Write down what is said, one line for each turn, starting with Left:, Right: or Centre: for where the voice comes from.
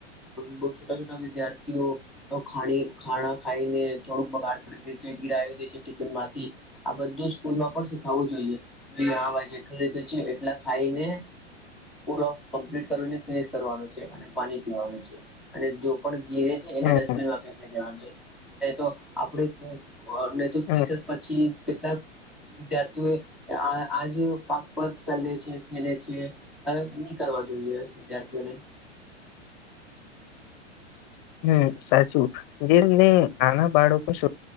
Centre: બ છોટા છોટા વિદ્યાર્થીઓ. તો ખાણી ખાણા ખાઈને થોડુંક બગાડ કરી દે છે ગિરાવી દે છે ટિફિન માંથી. આ બધું સ્કૂલમાં પણ શીખાવવું જોઈએ હ જેટલું લીધું છે એટલા ખાઈને. પૂરા કમ્પ્લીટ કરીને ફિનિશ કરવાનું છે અને પાણી પીવાનું છે અને જો પણ ગિરેજ. એને
Left: હમ
Centre: ડસ્ટબિનમા ફેંકી દેવાનું છે ન‌ઇ તો આપણે ન‌ઇ તો
Left: હમ
Centre: રિસેસ. પછી કેટલાક. વિદ્યાર્થીઓ આ આજ પાક પગ ચલે છે ખેલે છે. હવે નહી કરવા જોઈએ વિદ્યાર્થીઓને.
Left: હમ સાચું જેમને નાના બાળકો.